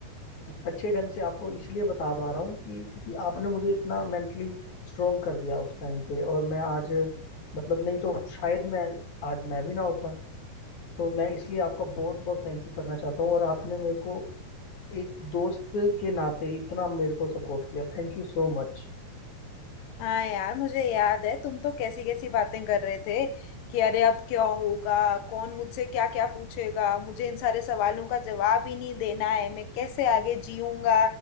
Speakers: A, on the left (about 55°); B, on the left (about 70°).
A: अच्छे ढंग से आपको इसलिए बता पा रहा हूँ कि क्योंकि आपने मुझे इतना मेंटली स्ट्रोंग कर दिया उस टाइम पे और मैं आज मतलब नहीं तो शायद मैं आज मैं भी ना होता तो मैं इसलिए आपका बहुत बहुत थैंक यू करना चाहता हूँ और आपने मेरे को एक दोस्त के नाते इतना मेरे को सपोर्ट किया थैंक यू सो मच
B: हाँ यार मुझे याद है तुम तो कैसी कैसी बातें कर रहे थे कि अरे अब क्या होगा कौन मुझसे क्या क्या पूछेगा मुझे इन सारे सवालों का जवाब ही नहीं देना है मैं कैसे आगे जीऊंगा